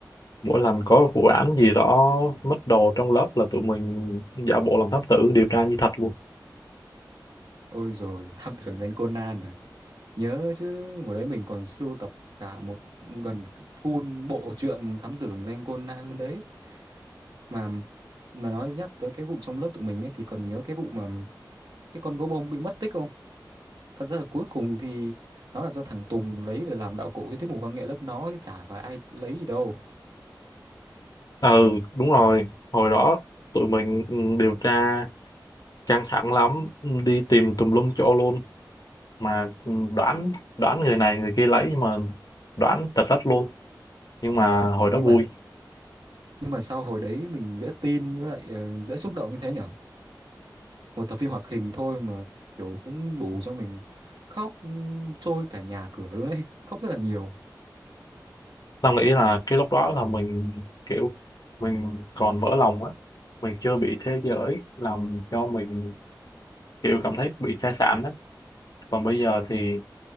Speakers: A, on the left (about 60°); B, on the right (about 80°).
A: mỗi lần có vụ án gì đó mất đồ trong lớp là tụi mình giả bộ làm thám tử điều tra như thật luôn
B: Ôi rồi <laughs> Thám Tử Danh Conan à. Nhớ chứ, hồi đấy mình còn sưu tập cả một gần full bộ truyện Thám Tử Lừng Danh Conan luôn đấy. mà mà nói nhắc tới cái vụ trong lớp tụi mình ấy thì còn nhớ cái vụ mà cái con gấu bông bị mất tích không thật ra là cuối cùng thì nó là do thằng Tùng lấy về làm đạo cụ cho tiết mục văn nghệ lớp nó chứ chả phải ai lấy gì đâu
A: ừ đúng rồi hồi đó tụi mình ừ, điều tra căng thẳng lắm ừ, đi tìm tùm lum chỗ luôn mà ừ, đoán đoán người này người kia lấy nhưng mà đoán tật đất luôn nhưng mà
B: Ủa,
A: hồi đó
B: nhưng
A: vui
B: mà nhưng mà sao hồi đấy mình dễ tin với lại ờ, dễ xúc động như thế nhở một tập phim hoạt hình thôi mà kiểu cũng đủ cho mình khóc ừm, trôi cả nhà cửa luôn đấy <laughs> khóc rất là nhiều
A: tao nghĩ là cái lúc đó là mình kiểu mình còn mở lòng á mình chưa bị thế giới làm cho mình kiểu cảm thấy bị sai sản á còn bây giờ thì